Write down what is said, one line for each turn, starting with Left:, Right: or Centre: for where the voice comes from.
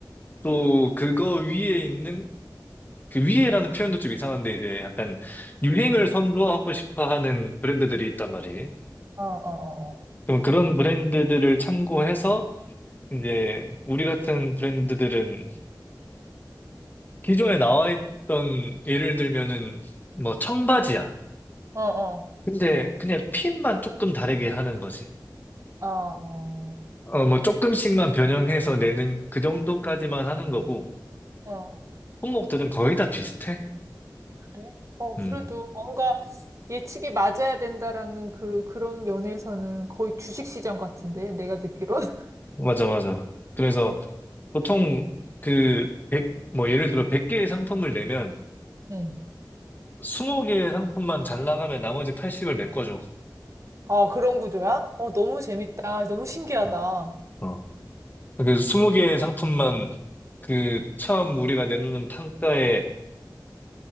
Left: 또 그거 위에 있는, 그 위에라는 표현도 좀 이상한데, 이제 약간 유행을 선도하고 싶어 하는 브랜드들이 있단 말이에요.
Right: 어, 어,
Left: 그럼 그런 브랜드들을 참고해서, 이제 우리 같은 브랜드들은 기존에 나와 있던 예를 들면은 뭐 청바지야.
Right: 어, 어,
Left: 근데 그냥 핀만 조금 다르게 하는 거지.
Right: 어, 어,
Left: 어, 뭐 조금씩만 변형해서 내는 그 정도까지만 하는 거고,
Right: 어.
Left: 품목들은 거의 다 비슷해.
Right: 그래? 어, 그래도
Left: 음,
Right: 뭔가 예측이 맞아야 된다라는 그, 그런 면에서는 거의 주식시장 같은데, 내가 듣기론. <laughs>
Left: 맞아, 맞아. 그래서 보통 그 백 뭐 예를 들어 100개의 상품을 내면
Right: 응.
Left: 20개의 상품만 잘 나가면 나머지 80을 메꿔줘.
Right: 아, 그런 구조야? 어, 너무 재밌다. 너무 신기하다.
Left: 어, 어. 그 20개의 상품만 그 처음 우리가 내놓는 판가에